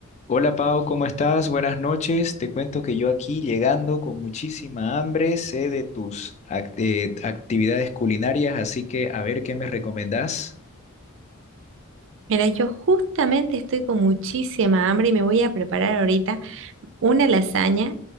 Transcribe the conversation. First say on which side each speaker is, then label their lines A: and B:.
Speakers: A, on the left; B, on the right.
A: Hola Pau, ¿cómo estás? Buenas noches. Te cuento que yo aquí llegando con muchísima hambre, sé de tus ac- eh, actividades culinarias, así que a ver qué me recomendás.
B: Mira, yo justamente estoy con muchísima hambre y me voy a preparar ahorita una lasaña,